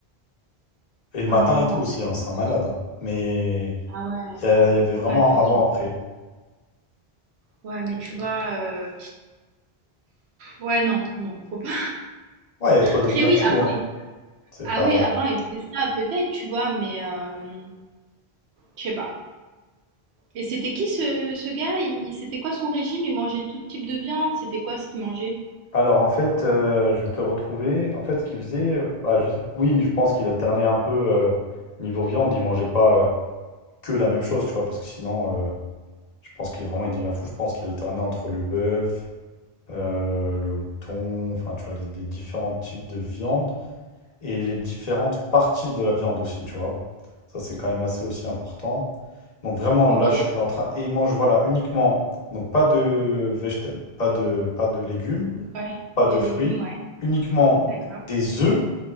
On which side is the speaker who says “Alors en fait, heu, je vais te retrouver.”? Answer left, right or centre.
Left